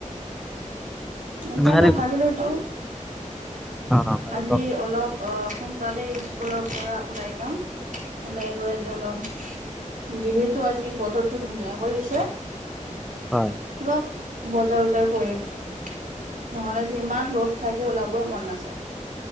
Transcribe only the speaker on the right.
সেইকাৰণে
ভাবিলো যো
আজি
অলপ অ সোনকালে স্কুলৰ পৰা ওলাই যাম। ওলাই গৈ আজি অলপ যিহেতু আজি বতৰটো ধুনীয়া কৰিছে।
অলপ বজাৰ চজাৰ কৰিম, নহলে যিমান ৰ'দ থাকে ওলাবই মন নাযায়।